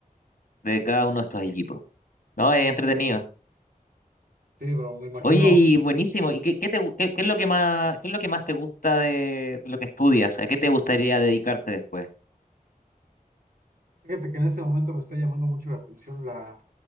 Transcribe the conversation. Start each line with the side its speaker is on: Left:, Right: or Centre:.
Left: de cada uno de estos equipos. No, es entretenido.
Right: sí, bro, me imagino,
Left: Oye, y buenísimo. ¿Y qué, qué te, gu- qué, qué es lo que más, qué es lo que más te gusta de, lo que estudias? ¿A qué te gustaría dedicarte después?
Right: fíjate que en ese momento me está llamando mucho la atención la